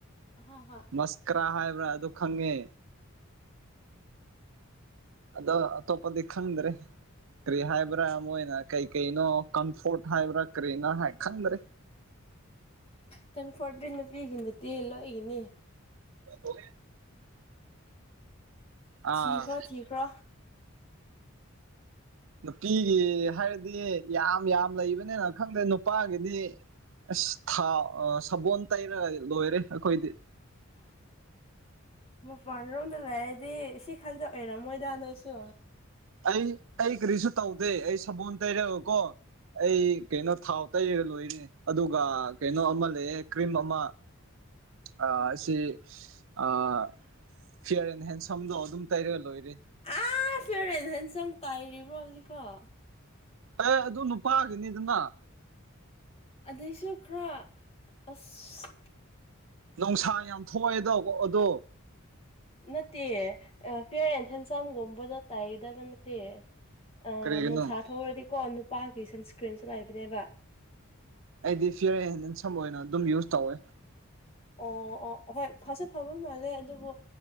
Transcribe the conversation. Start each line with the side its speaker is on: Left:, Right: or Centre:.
Left: ꯍ ꯍ
Right: ꯃꯁꯀ꯭ꯔꯥ ꯍꯥꯏꯕ꯭ꯔꯥ ꯑꯗꯨ ꯈꯪꯉꯦ ꯑꯗꯣ ꯑꯇꯣꯞꯄꯗꯤ ꯈꯪꯗ꯭ꯔꯦ ꯀ꯭ꯔꯤ ꯍꯥꯏꯕ꯭ꯔꯥ ꯃꯣꯏꯅ ꯀꯩ ꯀꯩꯅꯣ ꯀꯝꯐꯣꯔꯠ ꯍꯥꯏꯕ꯭ꯔꯥ ꯀꯔꯤꯅꫭ ꯍꯥꯏ ꯈꯪꯗ꯭ꯔꯦ
Left: ꯀꯝꯐꯣꯔꯇꯤ ꯅꯨꯄꯤꯒꯤ ꯅꯠꯇꯦ ꯂꯣꯏꯒꯤꯅ‌ꯦ
Right: <unintelligible> ꯑꯥ
Left: ꯊꯤꯈ꯭ꯔꯣ ꯊꯤꯈ꯭ꯔꯣ
Right: ꯅꯨꯄꯤꯒꯤ ꯍꯥꯏꯔꯗꯤ ꯌꯥꯝ ꯌꯥꯝ ꯂꯩꯕꯅꯦꯕ ꯈꯪꯗꯦ ꯅꯨꯄꯥꯒꯤꯗꯤ ꯑꯁ ꯊꯥꯎ ꯁꯕꯣꯟ ꯇꯩꯔꯒ ꯂꯣꯏꯔꯦ ꯑꯩꯈꯣꯏꯗꯤ
Left: <inaudible> ꯃꯄꯥꯜ ꯔꯣꯝꯗ ꯂꯩꯔꯗꯤ ꯁꯤ ꯈꯛꯇ ꯑꯣꯏꯔꯝꯃꯣꯏꯗ ꯅꯣꯏꯁꯨ
Right: ꯑꯩ ꯑꯩ ꯀꯔꯤꯁꯨ ꯇꯧꯗꯦ ꯑꯩ ꯁꯕꯣꯜ ꯇꯩꯔꯦꯒꯀꯣ ꯑꯩ ꯀꯩꯅꯣ ꯊꯥꯎ ꯇꯩꯔꯒ ꯂꯣꯏꯔꯦ ꯑꯗꯨꯒ ꯀꯩꯅꯣ ꯑꯃ ꯂꯩꯑꯦ ꯀ꯭ꯔꯤꯝ ꯑꯃ ꯑꯥ ꯁꯤ ꯑꯥ ꯐꯤꯌꯥꯔ ꯑꯦꯟ ꯍꯦꯟꯁꯝꯗꯣ ꯑꯗꯨꯝ ꯇꯩꯔꯒ ꯂꯣꯏꯔꯦ
Left: ꯑꯥ ꯐꯤꯌꯔ ꯑꯦꯟ ꯍꯦꯟꯁꯝ ꯇꯥꯏꯔꯤꯕ꯭ꯔꯣ ꯍꯧꯖꯤꯛꯐꯥꯎ
Right: ꯑꯦ ꯑꯗꯨ ꯅꯨꯄꯥꯒꯤꯅꯤꯗꯅ
Left: ꯑꯗꯨꯏꯁꯨ ꯈꯔ ꯑꯁ
Right: ꯅꯨꯡꯁꯥ ꯌꯥꯝ ꯊꯣꯛꯑꯦꯗꯣ ꯑꯗꯣ
Left: ꯅꯠꯇꯦ ꯑ ꯐꯦꯔ ꯑꯦꯟ ꯍ‌ꯦꯟꯁꯝꯒꯨꯝꯕꯗꯣ ꯇꯩꯒꯗꯕ ꯅꯠꯇꯦ ꯑꯥ
Right: ꯀꯔꯤꯒꯤꯅꯣ
Left: ꯅꯨꯡꯁꯥ ꯊꯣꯛꯔꯗꯤꯀꯣ ꯅꯨꯄꯥꯒꯤ ꯁꯟꯁꯀ꯭ꯔꯤꯟꯁꯨ ꯂꯩꯕꯅꯦꯕ
Right: ꯑꯩꯗꯤ ꯐꯤꯌꯔ ꯑꯦꯟ ꯍꯦꯟꯁꯝ ꯑꯣꯏꯅ ꯑꯗꯨꯝ ꯌꯨꯁ ꯇꯧꯋꯦ
Left: ꯑꯣ ꯑꯣ ꯍꯣꯏ ꯐꯁꯨ ꯐꯕ ꯃꯥꯜꯂꯦ ꯑꯗꯨꯕꯨ